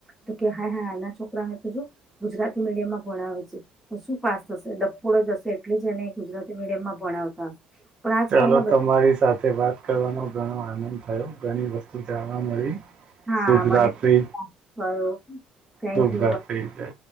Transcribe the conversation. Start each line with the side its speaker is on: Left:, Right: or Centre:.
Centre: તો કે હાય હાય એના છોકરાને તો જો ગુજરાતી મીડિયમમાં ભણાવે છે. તો શું પાસ થશે ડફોડો જ હશે એટલે જ એને ગુજરાતી મીડિયમમાં ભણાવતા હશે પણ આજકાલના
Right: ચાલો
Centre: બધા
Right: તમારી સાથે વાત કરવાનો ઘણો આનંદ થયો ઘણી વસ્તુ જાણવા મળી
Centre: હા
Right: શુભ
Centre: મને
Right: રાત્રિ
Centre: <unintelligible> થેન્ક
Right: શુભ
Centre: યુ
Right: રાત્રિ જય